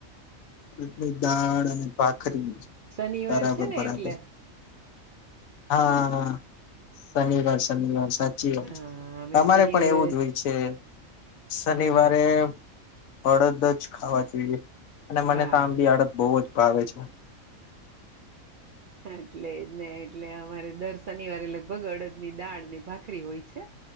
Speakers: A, on the left; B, on the right.
A: એટલી દાળ અને ભાખરી
B: શનિવાર
A: બરાબર
B: છે ને
A: બરાબર
B: એટલે
A: હા શનિવાર શનિવાર સાચી
B: હા
A: વાત
B: અમે
A: તમા
B: શનિવારે
A: રે પણ એવું જ હોય છે
B: હમ
A: શનિવારે અડદ જ ખાવા જોઈએ અને મને
B: હા
A: તો આંબી અડદ બહુ જ ભાવે છે
B: એટલે ને એટલે અમારે દર શનિવારે લગભગ અડદ ની દાળ ભાખરી હોય છે